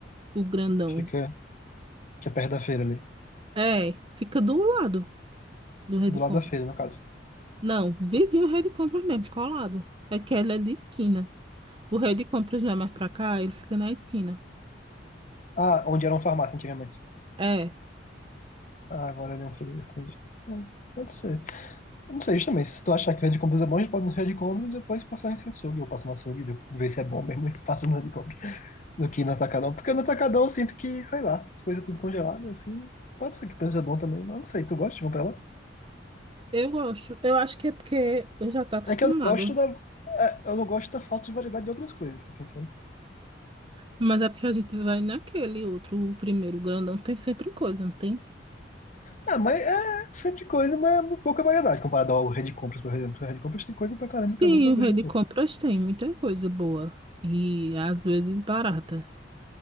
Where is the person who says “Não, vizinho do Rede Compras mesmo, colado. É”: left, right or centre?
Right